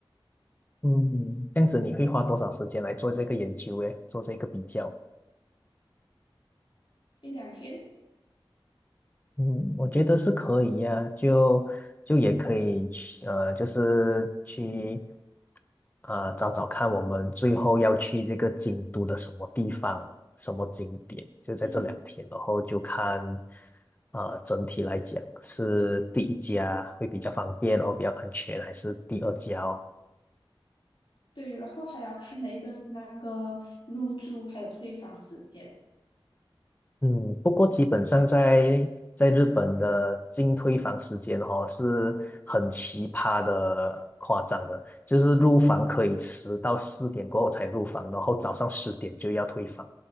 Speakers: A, on the left (about 20°); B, on the left (about 70°).
A: 嗯，这样子你会花多少时间来做这个研究诶，做这个比较？
B: 一两天，
A: 嗯，我觉得是可以呀、就就也可以去，呃，就是去，呃，找找看我们最后要去这个京都的什么地方、什么景点，就在这两天，
B: 嗯，
A: 然后就看，呃，整体来讲是第一家会比较方便，然后比较安全，还是第二家哦
B: 对，然后还要看的一个是那个入住还有退房时间，
A: 嗯，不过基本上在在日本的进退房时间哦是很奇葩的、夸张的，就是入房可以迟到四点过后才入房，然后早上十点就要退房，